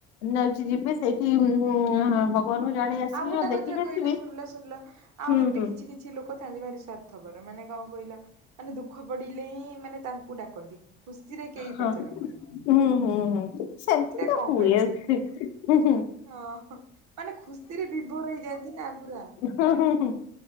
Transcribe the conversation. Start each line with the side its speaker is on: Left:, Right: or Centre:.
Left: ନେଉଛି
Right: ହୁଁ।
Left: ଯିବି ସେଇଠି <unintelligible> ଆସିବି
Right: ଆଉ ଗୋଟେ
Left: ହଁ ଦେଖିକି
Right: କଥା
Left: ଆସିବି
Right: କହିଲ ଶୁଣିଲ ଶୁଣିଲ ଆଉ
Left: ହୁଁ
Right: ଗୋଟେ
Left: ହୁଁ
Right: କିଛି କି କିଛି ଲୋକ ଥାଆନ୍ତି ଭାରି ସ୍ଵାର୍ଥପର ମାନେ କଣ କହି ମାନେ ଦୁଃଖ ପଡିଲେ ହିଁ ମାନେ ତାଙ୍କୁ ଡାକନ୍ତି। ଖୁସିରେ କେହି
Left: ହଁ
Right: ପଚାରନ୍ତିନି
Left: ହୁଁ ହୁଁ ହୁଁ। ସେମତି
Right: ଏଇଟା
Left: ତ
Right: କଣ
Left: ହୁଏ।
Right: ପାଇଁ
Left: ହୁଁ ହୁଁ ହୁଁ।
Right: ହଁ। ମାନେ ଖୁସିରେ ବିଭୋର ହେଇଯାଆନ୍ତି ନା ପୁରା।
Left: ହୁଁ ହୁଁ